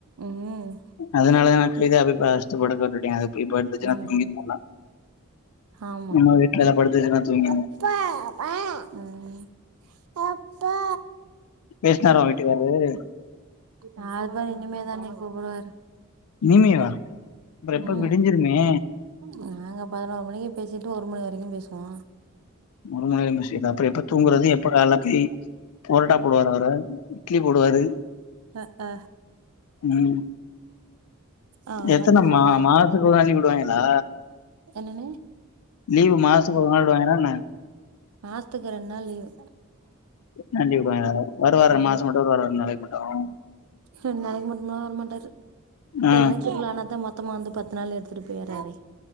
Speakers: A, on the right; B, on the left.
A: ம்
B: அதனால தா நா இத அப்பி பஸ்ட்டு படுக்க விட்டுட்டே அது போய் படுத்துச்சினா
A: ம்
B: தூங்கிடு நல்லா
A: ஆமா
B: நம்ம வீட்லதா படுத் துச்சுனா தூங்கிரு
A: அப்பா ம் அப்பா
B: பேஸ்னாரா ஓ வீட்டுக்காரரு
A: நால பேரு இனிமேதானே கூப்புடுவாரு
B: இனிமேவா அப்ற எப்ப
A: ம்
B: விடிஞ்சிருமே
A: நாங்க பதினோரு மணிக்கு பேசிட்டு ஒரு மணி வரைக்கு பேசுவோ
B: முருமுனைந்து <unintelligible> அப்ற எப் ப்ப தூங்குறது எப்ப வேலக்கி பொரட்டா போடுவாரா அவரு இட்லி போடுவாரு
A: அஹ்ஹ
B: உம்
A: அதெல்லா
B: எத்தனம்மா
A: போவாருங்க
B: மாஸ்த்துக்கு ஒரு அஞ்சு கூடுவாங்கெளா
A: என்னனே
B: லீவு மாஸ்த்துக்கு ஒரு நாள் விடுவாய்ங்களா என்ன
A: மாஸ்த்துக்கு ரெண் நாள் லீவு
B: கண்டிப்பாய்ளா வருவாரா
A: ம்
B: மாசம் மட்டு வருவாரா ரெண்ட்நாளைக்கு மட்டு
A: ரெண் நாளைக்கு மட்டும்னா வர மாட்டாரு
B: ஆ
A: ஏதாத் திருவ்ழானாத்தா மொத் மொத்தமா வந்து பத்து நாள் எடுத்துட்டு போயற்றாரே